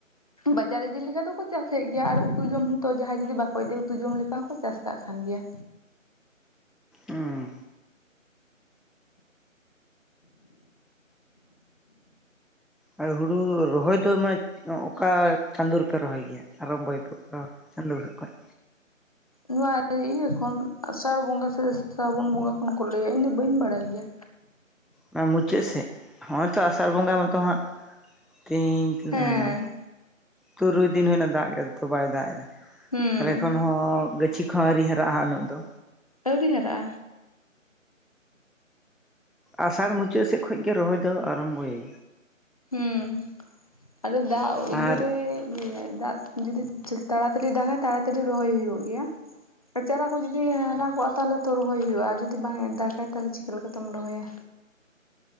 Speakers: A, on the left (about 25°); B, in the centre.
A: ᱵᱟᱡᱟᱨ ᱤᱫᱤ ᱞᱮᱠᱷᱟᱱ ᱫᱚᱠᱚ ᱪᱟᱥᱮᱫ ᱜᱮᱭᱟ ᱟᱨ ᱩᱛᱩ ᱡᱚᱢ ᱦᱚᱸ ᱛᱚ ᱡᱟᱦᱟᱸᱭ ᱡᱩᱫᱤ ᱵᱟᱠᱚ ᱤᱫᱤᱭᱟ ᱩᱛᱩ ᱡᱚᱢ ᱞᱮᱠᱟ ᱦᱚᱸᱠᱚ ᱠᱟᱜ ᱠᱟᱱ ᱜᱮᱭᱟ
B: ᱦᱩᱸ ᱟᱨ ᱦᱩᱲᱩ ᱨᱚᱦᱚᱭ ᱫᱚ ᱢᱟᱱᱮ ᱚᱠᱟ ᱪᱟᱸᱫᱳ ᱨᱮᱯᱮ ᱨᱚᱦᱚᱭ ᱜᱮᱭᱟ᱾ <unintelligible>
A: ᱱᱚᱣᱟ ᱤᱭᱟᱹ ᱠᱷᱚᱱ ᱟᱥᱟᱲ ᱵᱚᱸᱜᱟ ᱥᱮ ᱥᱨᱟᱵᱚᱱ ᱵᱚᱸᱜᱟ ᱠᱷᱚᱱ ᱠᱚ ᱞᱟᱹᱭᱟ ᱤᱧ ᱫᱚ ᱵᱟᱹᱧ ᱵᱟᱲᱟᱭ ᱜᱮᱭᱟ
B: ᱚᱱᱟ ᱢᱩᱪᱟᱹᱫ ᱥᱮᱫ ᱦᱚᱜ ᱛᱚ ᱟᱥᱟᱲ ᱵᱚᱸᱜᱟ ᱢᱟᱛᱚ ᱦᱟᱸᱜ ᱛᱮᱦᱤᱧ ᱛᱤᱱᱟᱹᱜ
A: ᱦᱮᱸ
B: ᱦᱳᱭᱱᱟ ᱛᱩᱨᱩᱭ ᱫᱤᱱ ᱦᱩᱭᱱᱟ ᱫᱟᱜ ᱛᱚ ᱵᱟᱭ ᱫᱟᱜ
A: ᱦᱩᱸ
B: ᱮᱫᱟ ᱠᱷᱚᱱ ᱦᱚᱸ ᱜᱟᱹᱪᱷᱤ ᱠᱚ ᱦᱚᱸ ᱟᱹᱣᱨᱤ ᱦᱟᱨᱟᱜᱼᱟ ᱩᱱᱟᱹᱜ ᱫᱚ᱾
A: ᱟᱹᱣᱨᱤ ᱦᱟᱨᱟᱜᱼᱟ᱾
B: ᱟᱥᱟᱲ ᱢᱩᱪᱟᱹᱫ ᱥᱮᱫ ᱠᱷᱚᱱ ᱜᱮ ᱨᱚᱦᱚᱭ ᱫᱚ ᱟᱨᱚᱢᱵᱚᱭᱚᱭ
A: ᱦᱩᱸ ᱟᱫᱚ ᱫᱟᱜ
B: ᱟᱨ
A: ᱤᱭᱟᱹ ᱨᱮ ᱫᱟᱜ ᱡᱩᱫᱤ ᱛᱟᱲᱟᱛᱟᱹᱲᱤ ᱫᱟᱜᱟᱭ ᱛᱟᱲᱟᱛᱟᱲᱤ ᱨᱚᱦᱚᱭ ᱦᱩᱭᱩᱜ ᱜᱮᱭᱟ ᱟᱨ ᱪᱟᱨᱟ ᱠᱚ ᱡᱩᱫᱤ ᱦᱮᱸ ᱦᱟᱨᱟ ᱠᱚᱜᱼᱟ ᱛᱟᱦᱚᱞᱮ ᱛᱚ ᱨᱚᱦᱚᱭ ᱦᱩᱭᱩᱜᱼᱟ ᱡᱩᱫᱤ ᱵᱟᱝ ᱮ ᱫᱟᱜᱟᱭ ᱛᱟᱦᱚᱞᱮ ᱪᱤᱠᱟᱹ ᱞᱮᱠᱟᱛᱮᱢ ᱨᱚᱦᱚᱭᱟ?